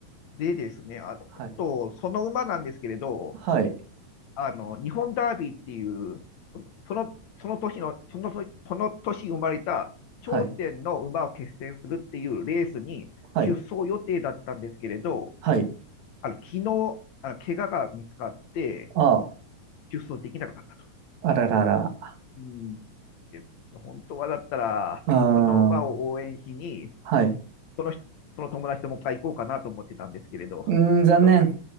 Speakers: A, on the left; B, on the right.
A: でですね、あと、
B: はい。
A: その馬なんですけれど、
B: はい。
A: あの、日本ダービーっていう、その、その、その年の、その、その年生まれた頂点の馬を決戦するっていうレースに出走予定だったんですけれど、
B: はい。はい。はい。
A: あの、昨日、あの、怪我が見つかって、
B: ああ、
A: 出走できなくなったと。
B: あらららあ
A: うんで本当はだったら、
B: あ
A: その馬を応援しに、
B: はい。
A: その人その友達ともう一回行こうかなと思ってたんですけれど、
B: うーん、残念。
A: ちょっと